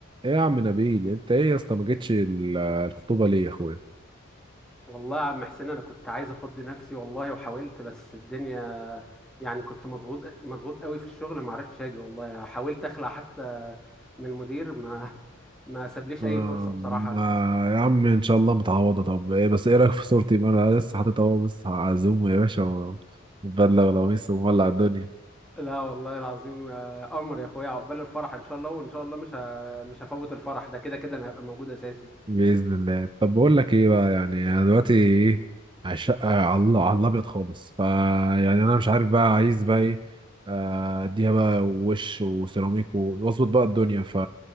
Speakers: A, on the right (about 20°); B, in the centre.
A: ايه يا عم نبيل انت ايه يا اسطى ما جيتش ال- الخطوبه ليه يا اخويا
B: والله يا عم حسين انا كنت عايز افضي نفسي والله وحاولت بس الدنيا يعني كنت مضغوط مضغوط قوي في الشغل ما عرفتش اجي والله حاولت اخلع حتى من المدير ما <laughs> ما سابليش
A: آه
B: اي فرصة بصراحة
A: آه، يا عم ان شاء الله متعوضه طب ايه بس ايه رايك في صورتي ما انا لسه حاطط اهو بس هعزومه يا باشا و- وبدله ولا قميص ومولع الدنيا
B: لا والله العظيم آه، قمر يا اخويا عقبال الفرح ان شاء الله وان شاء الله مش ه... مش هفوت الفرح ده كده كده انا هبقى موجود اساسي
A: بإذن الله طب بقول لك ايه بقى يعني انا دلوقتي ايه على الشقة على ال- على الابيض خالص فا يعني انا مش عارف بقى عايز بقى ايه آه، اديها بقى وش وسيراميك و- واظبط بقى الدنيا ف